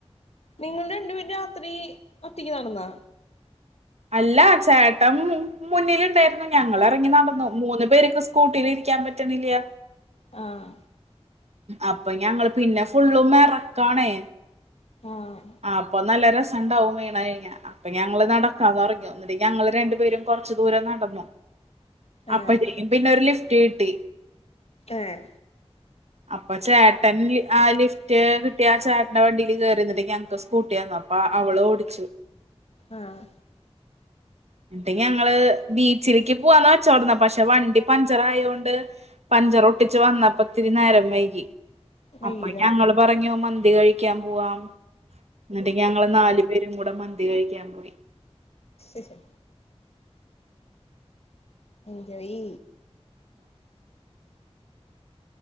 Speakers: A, on the left; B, on the right.
A: നിങ്ങള് രണ്ട്പേര് രാത്രി ഒറ്റക്ക് നടന്നാ
B: അല്ല ചേട്ടൻ മു മുന്നിലുണ്ടായിരുന്നു ഞാ ഞങ്ങള് എറങ്ങി നടന്നു മൂന്ന് പേര്ക്ക് സ് സ്കൂട്ടിലിരിക്കാൻ പറ്റ്ണില്ല്യ
A: ആഹ്
B: അപ്പൊ ഞങ്ങള് പിന്ന ഫുള്ളും എറക്കാണേ
A: ആഹ്
B: ആ അപ്പൊ നല്ല രസ ണ്ടാവും വീണഴി ഞ്ഞാ അപ്പ ഞങ്ങള് നട ന്നു എന്നിട്ടെ ഞങ്ങള് രണ്ടുപേരും കൊറച്ചു ദൂരം നടന്നു
A: ഏഹ്
B: അപ്പഴത്തേക്കും പിന്ന ഒരു ലിഫ് റ്റ് കിട്ടി
A: ഏഹ്
B: അപ്പ ചേട്ടൻ ആ ലിഫ്റ്റ് കിട്ടിയ ചേട്ടന്റെ വണ്ടില് കേറിന്നട്ട് ഞങ്ങക്ക് സ്കൂട്ടി തന്നു അപ്പ അവള് ഓടിച്ചു
A: ആഹ്
B: എന്നിട്ട് ഞങ്ങള് ബീച്ചിലേക്ക് പോവാന്ന് വെച്ചോണ്ട്ന്ന പക്ഷെ വണ്ടി പഞ്ചർ ആയ കൊണ്ട് പഞ്ചർ ഒട്ടിച്ച് വന്നപ്പ ഒത്തിരി നേരം വൈകി
A: വയ്യല്ലേ
B: അപ്പ ഞങ്ങള്പറഞ്ഞു മൻ ന്തി കഴിക്കാൻ പോവാം എന്നിട്ട് ഞങ്ങള് നാല്
A: ഉം
B: പേരും കൂടെ മന്തി കഴിക്കാൻ പോയി
A: ഏഹ് എൻജോയ്